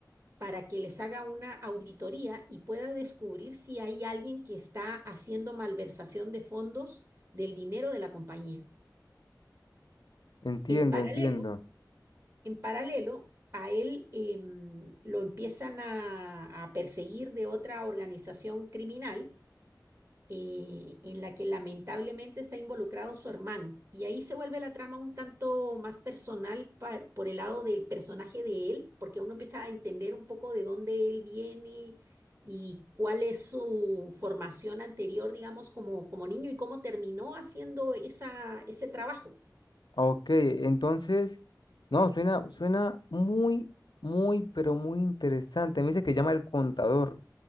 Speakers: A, on the right; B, on the left.
A: para que les haga una auditoría y pueda descubrir si hay alguien que está haciendo malversación de fondos del dinero de la compañía.
B: Entiendo,
A: En paralelo,
B: entiendo.
A: en paralelo a él em, lo empiezan a, a perseguir de otra organización criminal eh, en la que lamentablemente está involucrado su hermano. Y ahí se vuelve la trama un tanto más personal par- por el lado del personaje de él, porque uno empieza a entender un poco de dónde él viene y cuál es su formación anterior, digamos, como, como niño y cómo terminó haciendo esa, ese trabajo.
B: Ok, entonces, no, suena, suena muy, muy, pero muy interesante. Me dice que llama el contador.